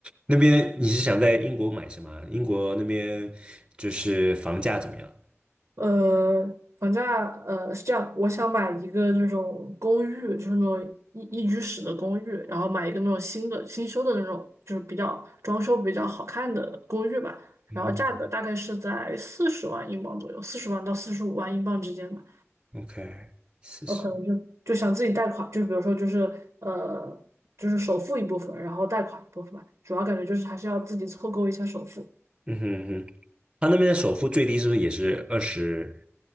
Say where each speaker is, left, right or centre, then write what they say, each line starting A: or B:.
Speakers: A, on the right; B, on the right.
A: 那边你是想在英国买什么？英国那边就是房价怎么样？
B: 呃，房价呃是这样，我想买一个那种公寓，就是那种一一居室的公寓，然后买一个那种新的新修的那种，就是比较装修比较好看的公寓吧。
A: 嗯
B: 然后价格大概是在四十万英镑左右，四十万到四十五万英镑之间吧。
A: ，OK，四十。
B: 我可能就就想自己贷款，就比如说就是呃，就是首付一部分，然后贷款一部分吧。主要感觉就是还是要自己凑够一下首付。
A: 嗯哼他那边的首付最低是不是也是二十